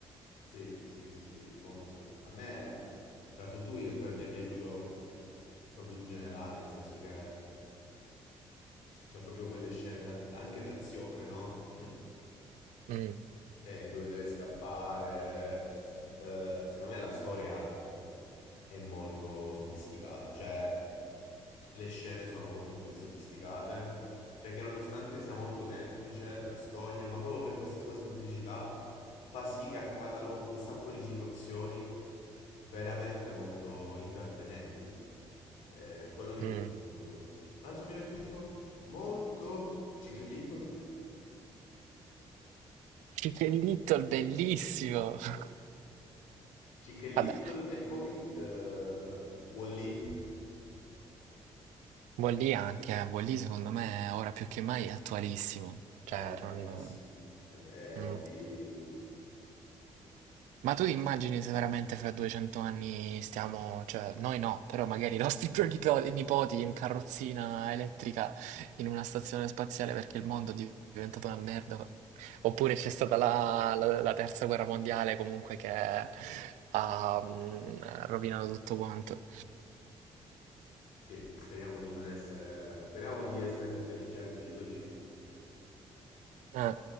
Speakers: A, on the left (about 80°); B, on the right (about 80°).
A: Sì, sì, sì, sì, molto. A me Ratatouille è pi- è piaciuto proprio in generale, nel senso che c'ha proprio quelle scene d'az- anche d'azione, no?
B: Mm,
A: Eh, dove deve scappare. Eh, secondo me la storia è molto sofisticata, cioè Le scene sono molto sofisticate perché nonostante sia molto semplice la storia, ma proprio per questa sua semplicità fa sì che accadano un sacco di situazioni veramente molto intrattenenti. Eh, quello mi è
B: mm.
A: piaciuto molto. Un altro che mi è piaciuto molto, Chick e Little.
B: Chicken Little, bellissimo! <laughs>
A: Chick e Little
B: Vabbè.
A: e poi eh, Wall-E,
B: Buon lì anche, eh. Buon lì secondo me ora più che mai è attualissimo, cioè
A: è
B: non...
A: bellissimo. E beh,
B: mm.
A: Wall-E
B: Ma tu ti immagini se veramente fra 200 anni stiamo, cioè noi no, però magari i nostri <laughs> pronipo- nipoti in carrozzina elettrica in una stazione spaziale perché il mondo è diventato una merda, oppure c'è stata la, la- la terza guerra mondiale comunque che ha mm, rovinato tutto quanto.
A: Sì, speriamo di non essere... Speriamo di essere più intelligenti di così.
B: Eh,